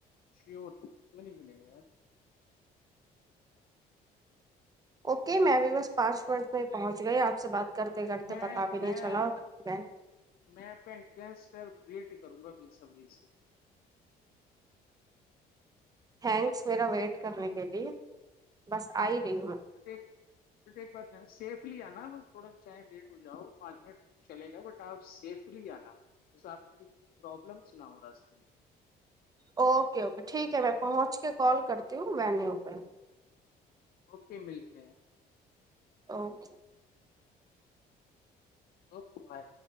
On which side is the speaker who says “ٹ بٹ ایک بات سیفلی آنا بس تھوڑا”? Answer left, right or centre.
Left